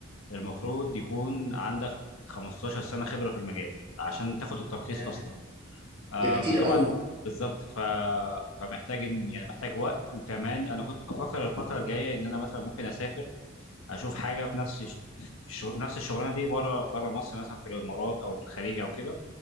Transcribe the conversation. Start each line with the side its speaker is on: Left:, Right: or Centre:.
Left: المفروض يكون عندك 15 سنه خبره في المجال عشان تاخد الترخيص
Right: ده
Left: اصلا آه
Right: ده كتير
Left: فطبعا
Right: قوي
Left: بالظبط ف... فمحتاج إن- يعني محتاج وقت وكمان انا كنت بفكر الفتره الجايه ان انا مثلا ممكن اسافر اشوف حاجه في نفس الش- في الشغل نفس الشغلانه دي بره بره مصر مثلا في الامارات او في الخليج او كده